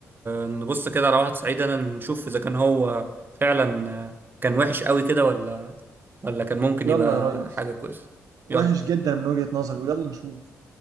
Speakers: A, on the right; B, on the right.
A: نبص كده على واحد صعيدي انا نشوف اذا كان هو فعلا آه، كان وحش قوي كده ولا ولا كان ممكن
B: يلا
A: يبقى
B: يا ريس
A: حاجة كويسة
B: وحش
A: يلا
B: جدا من وجهة نظري ويلا نشوف